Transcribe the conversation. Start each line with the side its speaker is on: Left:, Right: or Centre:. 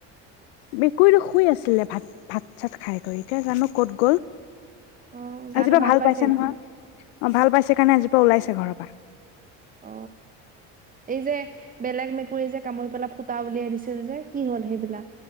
Left: মেকুৰীতো শুই আছিলে ভাত ভাত চাত খাই কৈ এতিয়া জানো। ক'ত গ'ল
Right: অ গাটো
Left: আজি পৰা ভাল পাইছে
Right: সি
Left: নহয়। অ ভাল পাইছে কাৰণে আজিৰ পৰাা ওলাইছে ঘৰৰ পৰা।
Right: অ এই যে বেলেগ মে কুুৰি যে কামুৰি পেলাই ফুটা উলিয়াই দিছিল যে কি হ'ল সেইবিলাক?